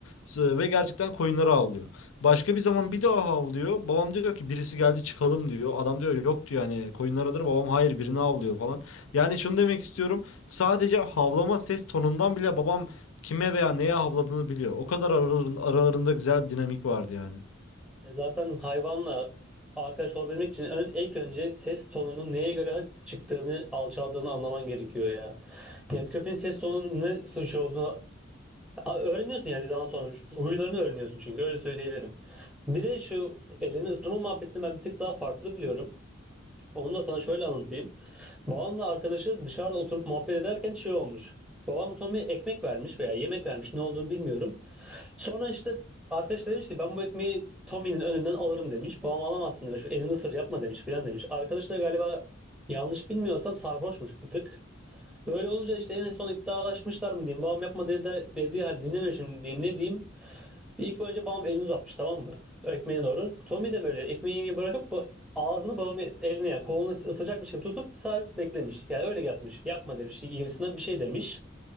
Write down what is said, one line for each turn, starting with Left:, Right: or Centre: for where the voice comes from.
Left: S- Ve gerçekten koyunlara havlıyor. Başka bir zaman bir daha havlıyor. Babam diyor ki birisi geldi çıkalım diyor. Adam diyor yok diyor hani koyunlaradır. Babam hayır birini havlıyor falan. Yani şunu demek istiyorum. Sadece havlama ses tonundan bile babam kime veya neye havladığını biliyor. O kadar araların- aralarında güzel bir dinamik vardı yani.
Centre: Ya zaten hayvanla arkadaş olabilmek için ön, ilk önce ses tonunun neye göre çıktığını, alçaldığını anlaman gerekiyor ya. Yani köpeğin ses tonunun nasıl bir şey olduğunu A- öğreniyorsun yani bir zaman sonra. Huylarını öğreniyorsun çünkü öyle söyleyebilirim. Bir de şu elini ısırma muhabbetini ben bir tık daha farklı biliyorum. Onu da sana şöyle anlatayım. Babamla arkadaşı dışarıda oturup muhabbet ederken şey olmuş. Babam Tommy'ye ekmek vermiş veya yemek vermiş ne olduğunu bilmiyorum. Sonra işte arkadaş da demiş ki ben bu ekmeği Tommy'nin önünden alırım demiş. Babam alamazsın demiş. Elini ısır yapma demiş filan demiş. Arkadaş da galiba yanlış bilmiyorsam sarhoşmuş bir tık. Böyle olunca işte en son iddialaşmışlar mı diyeyim. Babam yapma dedi, dediği halde dinlememişim diyeyim ne diyeyim. İlk önce babam elini uzatmış tamam mı? Ekmeğe doğru. Tommy de böyle ekmeği yemeği bırakıp bu- ağzını babamın elini yani kolunu ısıracakmış gibi tutup sadece beklemiş. Yani öyle yapmış. Yapma demiş gibisinden bir şey demiş.